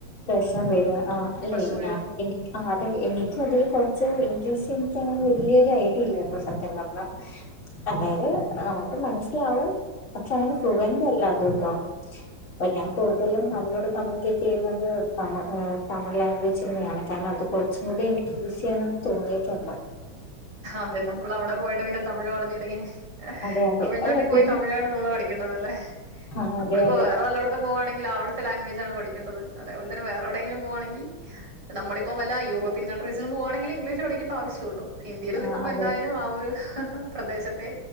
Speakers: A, on the left; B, on the right.
A: പ്രശ്നം വരാ ആഹ് അല്ലെ
B: പ്രശ്നം വരുന്നത്
A: ഞാൻ എ ആഹ് അതെ എനിക്കതില് കൊറച്ച് ഇംഗ്ലീഷെനിക്കങ്ങനെ വെല്ല്യൊരു ഐഡിയ ഇല്ലട്ടോ സത്യം പറഞ്ഞാ അതായത് നമുക്ക് മനസ്സിലാവും പക്ഷങ്ങനെ ഫ്ലുവന്റല്ല
B: ഉം
A: <unintelligible> ഞാൻ കൂടുതലും അവരോട് കമ്മ്യൂണിക്കേറ്റ് ചെയ്യുന്ന ത് തമ ഏഹ് തമിഴ് ലാംഗ്വേജന്നെയാണ് കാരണം അത് കൊറച്ചും കൂടിയെനിക്ക് ഈസിയണെന്ന് തോന്നിയിട്ടുണ്ട്
B: അതെ നമ്മളവിടെ പോയിട്ട് പിന്നെ തമിഴ് പറഞ്ഞില്ലെങ്കിൽ
A: അതെ അതെ
B: തമിഴ്നാട്ടി
A: അല്ല
B: പോയി
A: പിന്നെ
B: തമിഴ് നമ്മള് പഠിക്കേണ്ടതല്ലേ
A: ആ
B: നമ്മളിപ്പോ
A: അതെ അതെ
B: വേറെ വല്ലേട് ത്തും പോവാണെങ്കിൽ അവിടുത്തെ ലാഗ്വേജാണ് പഠിക്കേണ്ടത് അതേ പോൽതന്നെ വേറെ എവിടെയെങ്കിലും പോവാണെങ്കി നമ്മളിപ്പം വല്ല യൂറോപ്യൻ കൺട്രീസിലും പോവാണെങ്കില് ഇഗ്ലീഷ് പഠിക്കേണ്ട ആവശ്യുള്ളു ഹിന്ദിയില്
A: ആ
B: നിക്കുമ്പെന്തായാലും
A: അതെ
B: ആ ഒരു പ്രദേശത്തെ